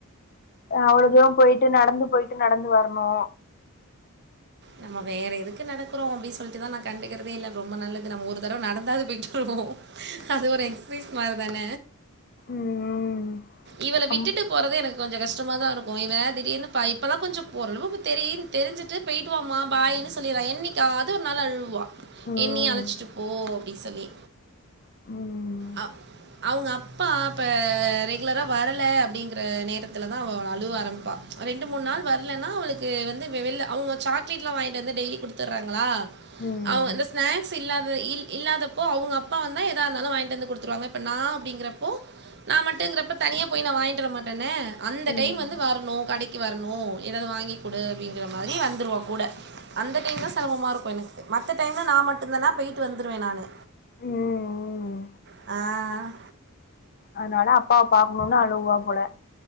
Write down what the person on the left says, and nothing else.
அவ்ளோ தூரோ போயிட்டு நடந்து போயிட்டு நடந்து வர்ணு
ம் ம்
அம்
ம்
ம் ம்
ம்
ம்
ம்
அதனால அப்பாவ பாக்கணுனு அழுவா போல